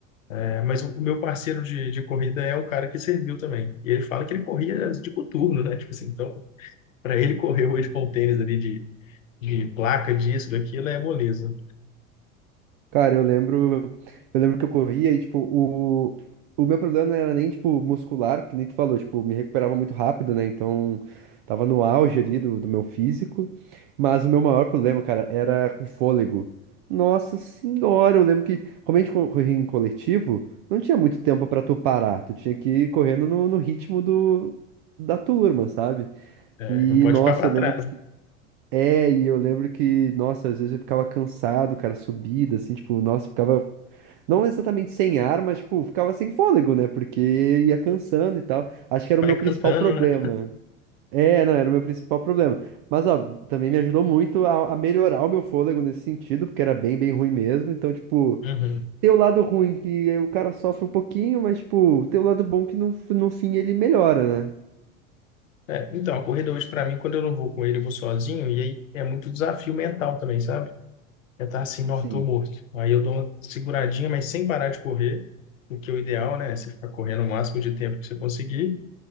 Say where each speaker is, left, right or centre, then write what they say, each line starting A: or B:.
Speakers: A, on the left (about 70°); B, on the right (about 40°).
A: É, Mas o o meu parceiro de, de corrida é o cara que serviu também. E ele fala que ele corria de coturno, né? Tipo assim, então, para ele correr hoje com o tênis ali de, de placa, disso, daquilo, é moleza.
B: Cara, eu lembro, eu lembro que eu corria e, tipo, o, o meu problema não era nem, tipo, muscular, que nem tu falou, tipo, me recuperava muito rápido, né? Então, tava no auge ali do, do meu físico, mas o meu maior problema, cara, era com fôlego. Nossa senhora, eu lembro que, como a gente co- corria em coletivo, não tinha muito tempo pra tu parar, tu tinha que ir correndo no, no ritmo do, da turma, sabe?
A: É,
B: E,
A: não pode
B: nossa,
A: ficar para
B: eu lembro
A: trás.
B: que é, e eu lembro que, nossa, às vezes eu ficava cansado, cara, subida, assim, tipo, nossa, ficava não exatamente sem ar, mas, tipo, ficava sem fôlego, né? Porque ia cansando e tal. Acho que
A: E
B: era o
A: vai
B: meu
A: cantando,
B: principal problema.
A: né?
B: É, não, era o meu principal problema. Mas, ó, também me ajudou muito a, a melhorar o meu fôlego nesse sentido, porque era bem, bem ruim mesmo. Então, tipo,
A: Uhum.
B: tem o lado ruim que o cara sofre um pouquinho, mas, tipo, tem o lado bom que no, no fim ele melhora, né?
A: É, então, a corrida hoje, para mim, quando eu não vou com ele, eu vou sozinho. E aí é muito desafio mental também, sabe? É estar assim, não,
B: Sim.
A: tô morto. Aí eu dou uma seguradinha, mas sem parar de correr, o que é o ideal, né? é Você ficar correndo o máximo de tempo que você conseguir.